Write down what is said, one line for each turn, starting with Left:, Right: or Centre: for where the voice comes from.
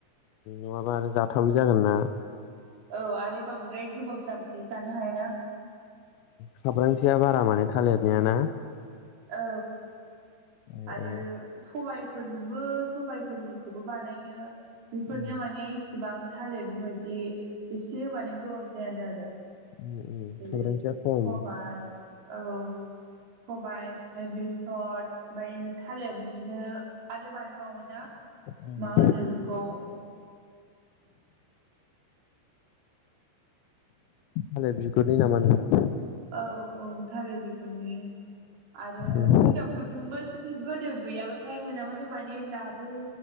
Left: नङाबा आरो जाथावै जागोन ना?
Right: औ आरो बांद्राय गोबाब जाबाथाय जानो हायाना?
Left: साब्रांथिया बारा माने थालिरनाय ना।
Right: औ
Left: औ
Right: आरो
Left: औ
Right: सबाय फोरजोंबो सबायफोरनिखौबो बानायो बेफोरनिया
Left: उम
Right: माने इसिबां थालिरनि बायदि एसे मानो गोबाब जायानो आरो।
Left: उम उम
Right: जेरै
Left: खाब्रांथिया खम
Right: सबाइ औ सबाइ ओमफ्राय बेसर ओमफ्राय थालिरनिनो। मोनसे बानायबावो ना
Left: उम
Right: मा होनो बेखौ।
Left: थालिर बिगुरनि नामा नोंथां।
Right: औ औ थालिर बिगुरनि आरो
Left: उम
Right: जिगाबफोरजोंबो गोदो गैयाबाथाय मोनाबाथाय माने दाबो